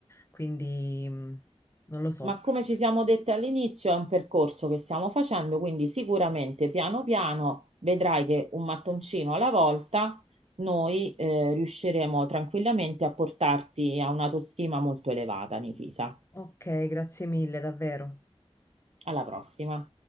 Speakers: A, on the left; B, on the right.
A: quindi mm, non lo so.
B: Ma come ci siamo dette all'inizio, è un percorso che stiamo facendo, quindi sicuramente piano piano vedrai che un mattoncino alla volta noi eh, riusciremo tranquillamente a portarti a un'autostima molto elevata, Nifisa.
A: Ok, grazie mille, davvero.
B: Alla prossima.